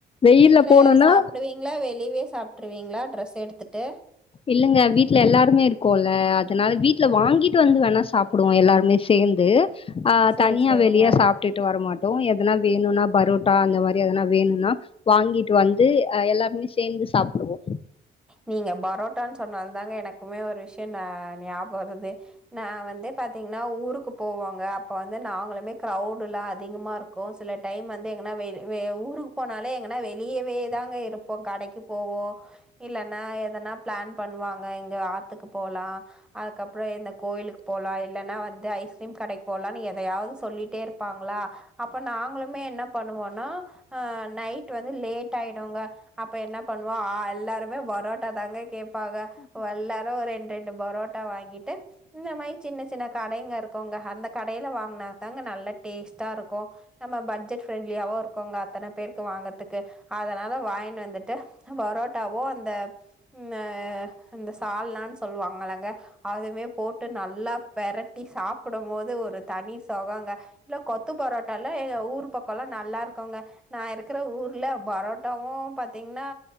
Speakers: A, on the left; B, in the centre.
A: வெயில்ல
B: வீடல
A: போனோம்னா
B: சாப்பிடுவீங்களா வெளியவே சாப்ட்ருவீங்களா ட்ரெஸ் எடுத்துட்டு
A: இல்லங்க வீட்ல எல்லாருமே இரு கோல அதனால வீட்ல வாங்கிட்டு வந்து வேணா சாப்டுவோ எல்லாருமே சேந்து ஆ
B: சேரி
A: தனியா
B: சேரிங்க
A: வெளிய சாப்ட்டுட்டு வரமாட் எதனா வேணுனா பரோட்டா அந்த மாரி எதனா வேணுனா வாங்கிட்டு வந்து எல்லா ஒன்னுசேந்து சாப்டுவோ
B: நீங்க பரோட்டான்னு சொன்னாலதாங்க எனக்குமே ஒரு விஷய ஞாபகம் வருது நா வந்து பாத்தீங்கன்னா ஊருக்கு போவாங்க அப்ப வந்து நாங்களுமே க்ரவுடுலா அதிகமா இருக்கு சில டைம் வந்து எங்கனா வெயி வே ஊருக்கு போனாலே எங்கனா வெளியவே தாங்க இருப்போ கடைக்கு போவோ இல்லன்னா எதனா பிளான் பண்ணுவாங்க எங்க ஆத்துக்கு போலா அதுக்கப்புற எந்த கோயிலுக்கு போ போலா இல்லன்னா வந்து ஐஸ்கிரீம் கடைக்கு போலானு எதையாவது சொல்லி டே இருப்பாங்களா அப்ப நாங்களுமே என்ன பண்ணுவோனா நைட் வந்து லே டைடுங்க அப்ப என்ன பண்ணுவோ ஆ எல்லாருமே பொராட்டா தாங்க கே பாக எல்லாரு ஒரு ரெண்டு ரெண்டு பொராட்டா வாங்கிட்டு இந்த மாரி சின்ன சின்ன கடைங்க இருக்குங்க அந்த கடையில வாங்கினாாங்க நல்ல டேஸ்ட்டா இருக்கு நம்ம பட்ஜெட் ஃப்ரெண்ட்லியா ருக்கோங்க அத்தன பேருக்கு வாங்கறதுக்கு அதனால வாயின் வந்துட்டு பரோட்டாவோ அந் ந்த அ இந்த சால்னானு சொல்லுவாங்கல்லங்க அதுமே போட்டு நல்லா பெரட்டி சாப்படும் போது ஒரு தனி சொகங்க இல்ல கொத்து பொரோட்டால எ ஊர் பக்கம்ல்லா நல்லா இருக்குங்க நா இருக்கிற ஊர்ல பரோட்டாவும் பாத்தீங்கன்னா